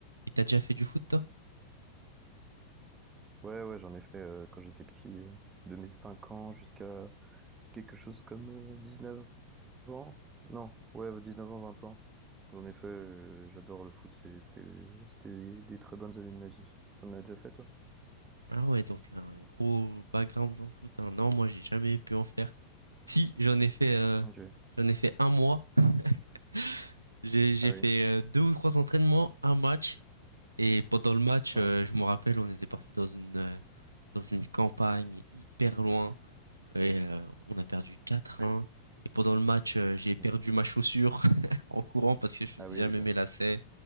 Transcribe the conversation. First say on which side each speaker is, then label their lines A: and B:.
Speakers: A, on the right (about 80°); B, on the right (about 20°).
A: Et t'as déjà fait du foot toi?
B: Ouais, ouais, j'en ai fait euh, quand j'étais petit, euh, de mes 5 ans jusqu'à quelque chose comme euh, neuf ans. Non, ouais, 19 ans, 20 ans. J'en ai fait, euh, j'adore le foot, c'est- c'était c'était des très bonnes années de ma vie. T'en as déjà fait, toi?
A: Ah ouais, donc un gros background dans le foot, hein. Non, moi j'ai jamais pu en faire. Si, j'en ai fait, heu,
B: Ok.
A: j'en ai fait un mois. <laughs> J'ai j'ai
B: Ah oui,
A: fait, heu, 2 ou 3 entraînements, un match et pendant le match,
B: ouais.
A: heu, je me rappelle, on était parti dans une, heu, dans une campagne hyper loin et heu, on a perdu quatre
B: Ah
A: 1
B: oui,
A: et pendant le match, heu, j'ai perdu
B: ok.
A: ma chaussure <laughs> en courant parce que je faisais
B: Ah oui,
A: jamais
B: ok.
A: mes lacets.